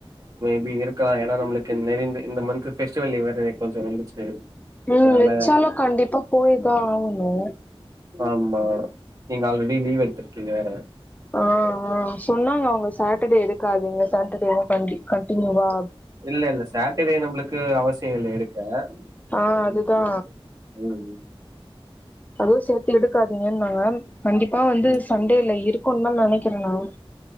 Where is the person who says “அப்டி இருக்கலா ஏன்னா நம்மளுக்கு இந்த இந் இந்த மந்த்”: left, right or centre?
Right